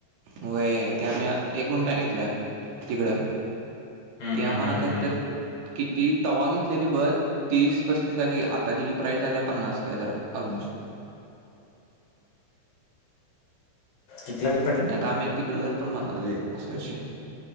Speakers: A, on the right; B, on the left.
A: वय त्या आम्ही एक गुंटा घेतल्या तिकडं. ती
B: हम्म
A: आम्हाला
B: हम्म
A: काहीत.
B: हम्म
A: किती तवा घेतलेली बग तीस पस्तीस का ते आता त्यािची प्राइस झाल्या पन्नास. काय जरा ऑलमोस्ट
B: कितल्या.
A: आणि आता आम्ही तिकडे घर पण बांधायले असं विषय